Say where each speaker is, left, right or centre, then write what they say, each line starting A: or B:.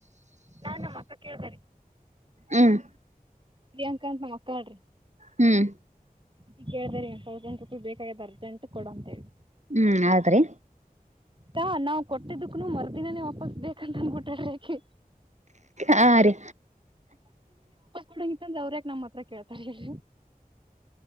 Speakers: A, on the right (about 30°); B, on the right (about 50°).
A: ನಾನು ನಮ್ಮ ಅಕ್ಕ ಕೇಳ್ದೆರೀ
B: ಹ್ಮ್
A: ಪ್ರಿಯಾಂಕಾ ಅಂತ ನಮ್ಮ ಅಕ್ಕ ಅವ್ಳರಿ
B: ಹ್ಮ್
A: ಅದ ಕೇಳ್ದ್ರರೀ ಸೌಸಂಡ್ ರುಪಾಯಿ ಬೇಕಾಗದ ಅರ್ಜೆಂಟ್ ಕೊಡ ಅಂತ ಹೇಳಿ
B: ಹ್ಮ್ ಹೌದ್ರಿ
A: ಹಾ ನಾವ್ ಕೊಟ್ಟಿದ್ದಕ್ಕನು ಮರ್ದಿನನೇ ವಾಪಸ್ ಬೇಕಂತ ಅಂದಬಿಟ್ಟಾರೆ ಯಾಕೆ
B: ಹಾ ರೀ
A: ಕೊಡಂಗಿಂತಂದ ಅವ್ರ್ ಯಾಕೆ ನಮ್ಮ ಹತ್ರ ಕೇಳ್ತಾರೆ ಹೇಳ್ರಿ